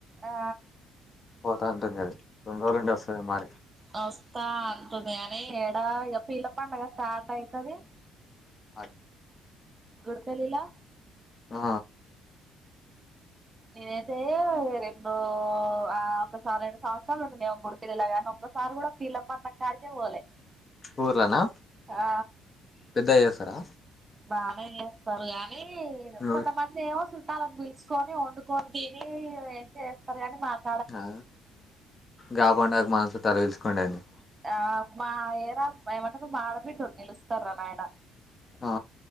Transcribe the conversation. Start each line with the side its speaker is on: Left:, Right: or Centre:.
Right: ఆ
Left: పోతా ఉంటుంది అది రెండు రోజులుండి వస్తుంది మరి
Right: వస్తా అంటుంది గాని ఏడా ఇగా పీర్ల పడుగ స్టార్ట్ అయితది
Left: ఆ
Right: గుడికెళ్ళా
Left: ఆ
Right: నేనైతే రేప్ ఉ ఆ ఒకసారి రెండు సంవత్సరాలు ఉంటుందిమ గుడి పిల్లలాగాని ఒకసారి కూడా పీర్ల పడుగా కాడికే పోలే
Left: ఊర్లోనా
Right: ఆ
Left: పెద్దగా చేస్తారా
Right: బానే చేస్తారు గానీ
Left: మీ
Right: కొంతమంద్
Left: ఊరు
Right: దేమో చుట్టాలు పిలుచుకొని వండుకొని తిని చేస్తారు కాని మాక్
Left: ఆ గాపండాకు మనము చుట్టాలు పీల్చుకుందెండి
Right: ఆ మా ఏరా ఏమంటకు మాడబిట్డు నిలుస్తారు రా నాయన
Left: ఆ